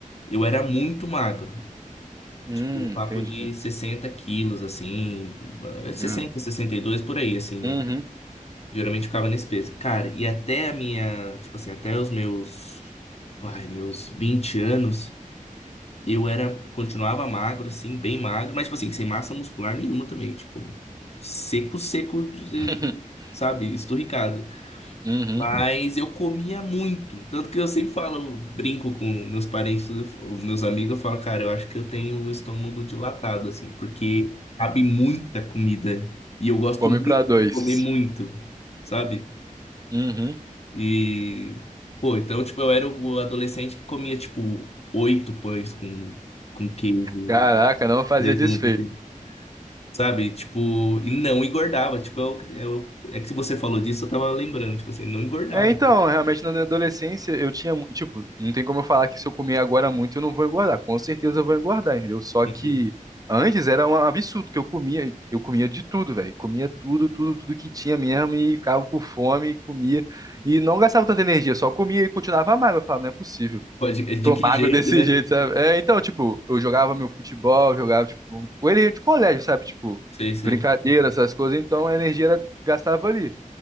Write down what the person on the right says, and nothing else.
Hum,
entendi.
Ah.
Uhum.
<laughs>
Uhum.
Fome
pra dois.
Uhum.
Caraca, não fazia
desfecho.
É, então, realmente na minha adolescência eu tinha, mu- tipo, não tem como eu falar que se eu comer agora muito eu não vou engordar. Com certeza eu vou engordar, entendeu? Só
que antes era um absurdo que eu comia, eu comia de tudo, velho. Comia tudo, tudo, tudo que tinha mesmo e ficava com fome, comia e não gastava tanta energia, só comia e continuava magro. Eu falava, não é possível.
Tô
magro
desse
jeito, sabe? É, então, tipo, eu jogava meu futebol, jogava, tipo, com ele de colégio, sabe? Tipo,
brincadeira, essas coisas, então a energia era, gastava ali.